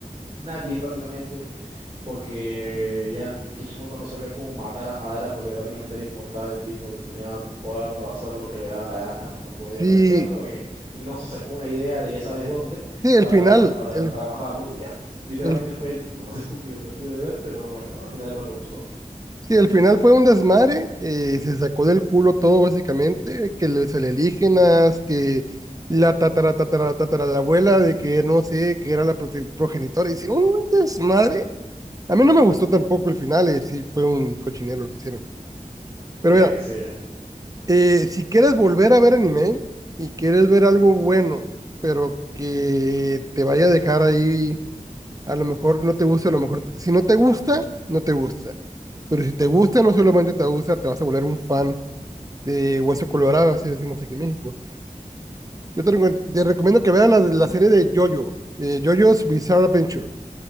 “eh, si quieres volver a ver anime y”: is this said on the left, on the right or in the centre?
Right